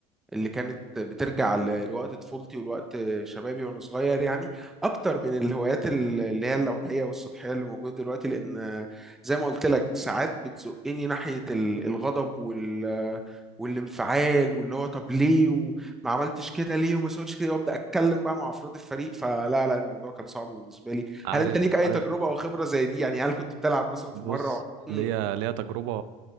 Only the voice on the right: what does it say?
عارف
عارف
بص
ليا
ليا تجربة